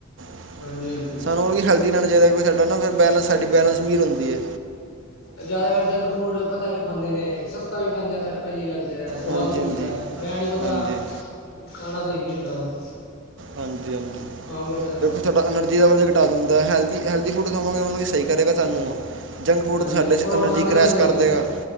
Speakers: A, on the right; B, on the left.
A: <unintelligible>
B: ਹਾਂਜੀ ਹਾਂਜੀ
A: ਸਾਨੂੰ ਉਹ ਕਿ ਹੈਲਦੀ ਰਹਿਣਾ ਚਾਹੀਦਾ, ਕਿਉਂਕਿ ਸਾਡਾ ਨਾ ਫਿਰ ਬੈੈਲੈਂਸ, ਸਾਡੀ ਬੈਲੈਂਸ ਮੀਲ ਹੁੰਦੀ ਐ।
B: ਜ਼ਿਆਦਾਕਰ ਜੰਕ ਫੂਡ, ਪਤਾ ਕੇ ਖਾਂਦੇ ਨੇ, ਸਸਤਾ ਵੀ ਪੈਂਦਾ ਪਹਿਲੀ ਗੱਲ ਤੇ ਐਹ, ਸੁਆਦ
A: ਹਾਂਜੀ
B: ਵੀ
A: ਹਾਂਜੀ
B: ਮਿਲਦੈ, ਪਰ ਐ ਨੀ ਪਤਾ
A: ਹਾਂਜੀ
B: ਖਾਣਾ ਸਈ ਨੀ ਹੁੰਦਾ ਉਹ।
A: ਹਾਂਜੀ- ਹਾਂਜੀ,
B: ਹਾਰਮ ਕਰਦੇ ਸਾਨੂੰ
A: ਦੇਖੋ ਥੋਡਾ ਐਨਰਜੀ ਦਾ ਵਜ਼ਨ ਘਟਾ ਦਿੰਦਾ, ਹੈਲਦੀ- ਹੈਲਦੀ ਫੂਡ ਖਾਵਾਂਗੇ ਮਤਲਬ ਕਿ ਸਹੀ ਕਰੇਗਾ ਸਾਨੂੰ। ਜੰਕ ਫੂਡ
B: ਹਾਂਜੀ
A: ਸਾਡੇ
B: ਹਾਂਜੀ
A: 'ਚ
B: ਪਰ ਉਹ
A: ਐਨਰਜੀ
B: ਪਸੰਦ
A: ਕਰੈਸ਼
B: ਨਹੀਂ ਆਉਂਦਾ
A: ਕਰ
B: ਕਿਸੇ
A: ਦੇਵੇਗਾ।
B: ਨੂੰ